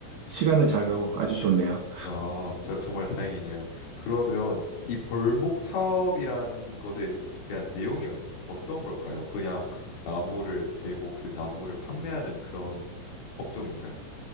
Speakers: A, on the right; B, on the left.
A: 시간은 잘 가고 아주 좋네요.
B: 아, 저 정말 다행이네요. 그러면 이 벌목 사업이란 것에 대한 내용이 어, 어떤 걸까요? 그냥 나무를 베고 그 나무를 판매하는 그런 업종인가요?